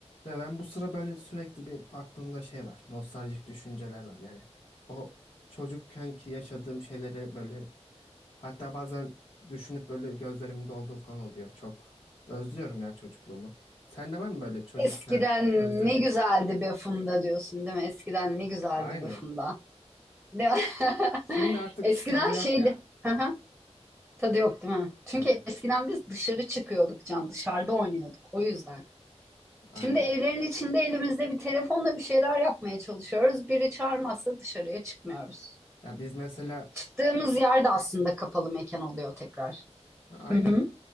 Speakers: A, on the left; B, in the centre.
A: Ya ben bu sıra böyle sürekli bir aklımda şey var. Nostaljik düşünceler var. Yani o çocukken ki yaşadığım şeyleri böyle hatta bazen düşünüp böyle gözlerimin dolduğu falan oluyor. Çok özlüyorum ya çocukluğumu. Sende var mı böyle çocukken
B: Eskiden
A: özlediğin?
B: ne güzeldi be Funda diyorsun değil mi? Eskiden ne güzeldi
A: Aynen.
B: be Funda. Değil mi? <laughs>
A: Şimdi artık
B: Eskiden
A: tadı yok
B: şeydi.
A: ya.
B: Hı hı. Tadı yok değil mi? Çünkü
A: Evet.
B: eskiden biz dışarı çıkıyorduk Can, dışarıda oynuyorduk o yüzden.
A: Aynen.
B: Şimdi evlerin içinde elimizde bir telefonla bir şeyler yapmaya çalışıyoruz. Biri çağırmazsa dışarıya çıkmıyoruz.
A: Ya biz mesela
B: Çıktığımız yerde aslında kapalı mekan oluyor tekrar.
A: aynen
B: Hı hı.